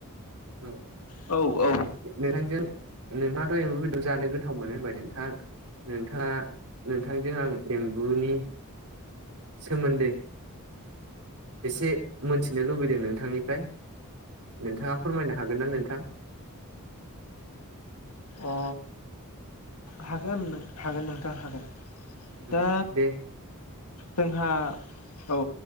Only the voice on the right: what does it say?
औ
नोंथांजों नोंथाङाथ' एमब बेदर जानो गोथाव मोनो होनबाय नोंथां नोंथाङा नोंथांजों आं एम्बुनि सोमोन्दै एसे मोनथिनो लुबैदों नोंथांनिफ्राय नोंथाङा फोरमायनो हागोन ना नोंथां
औ
दे